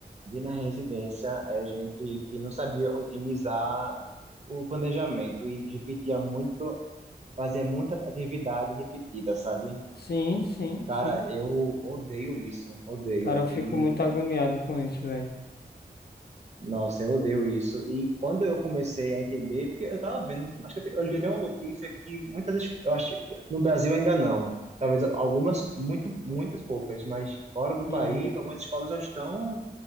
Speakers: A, on the right; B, on the left.
A: vi na residência é gente que não sabia otimizar o planejamento e repetia muito, fazia muita atividade repetida, sabe?
B: Sim, sim,
A: Cara,
B: sim.
A: eu odeio isso, odeio.
B: Cara, eu fico
A: E,
B: muito agoniado com isso, velho.
A: nossa, eu odeio isso. E quando eu comecei a entender, porque eu tava vendo, acho que eu, te- eu li até uma notícia que muitas, es- eu acho que no Brasil ainda não. Talvez algumas, muito, muitas poucas, mas fora do país,
B: Hum.
A: algumas escolas já estão